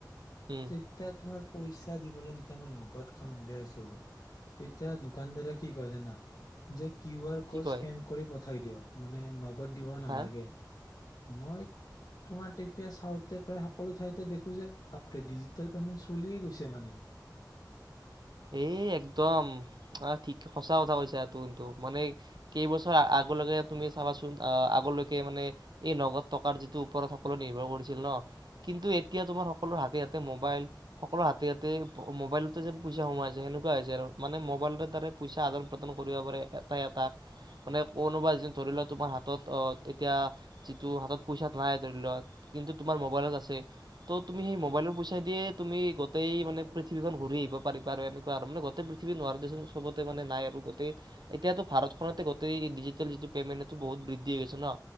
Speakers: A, on the right; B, on the left.
A: উম
B: তেতিয়া তোমাৰ পইচা দিবলৈ যেতিয়া মই নগদ খন উলিয়াইছো, তেতিয়া দোকান দাৰে কি! কয়! জানা যে কিউ আৰ
A: কি
B: ক'ড
A: কয়
B: স্কেন কৰিব থৈ দিয়ক মানে ন। ত দিব নালাগে।
A: হা
B: মই তোমাৰ তেতিয়া চাউতে প্ৰায় সকলো ঠাইতে দেখোঁ যে ডিজিটেল পেমেণ্ট চলিয়ে গৈছে মানে।
A: এই একদম ঠিক সঁচা কথা কৈছা কিন্তুটো মানে কেইবছৰ আগলৈকে তুমি চাবাচোন আগলৈকে মানে এই নগদ টকাৰ যিটো ওপৰত সকলো নিৰ্ভৰ কৰিছিল ন কিন্তু এতিয়া তোমাৰ সকলো হাতে হাতে মোবাইল সকলো হাতে হাতে মোবাইলতে যে পইচা সোমাইছে সেনেকুৱা হৈছে আৰু মানে মোবাইলৰ দ্বাৰা পইচা আদান প্ৰদান কৰিব পাৰে এটাই এটা মানে কোনোবা এ যে ধৰি লোৱা তোমাৰ হাতত এতিয়া যিটো হাতত পইচা নাই ধৰি লোৱা কিন্তু তোমাৰ মোবাইলত আছে তো তুমি সেই মোবাইলত পইচা দিয়ে তুমি গোটেই মানে পৃথিৱীখন ঘূৰি আহিবা। মান গোটেই পৃথিৱী ন চবতে মানে নাই আৰু গোটেই এতিয়ো ভাৰতখনতে গোটেই ডিজিটেল যিটো পেমেন্টটো বহুত বৃদ্ধি হৈ গৈছে ন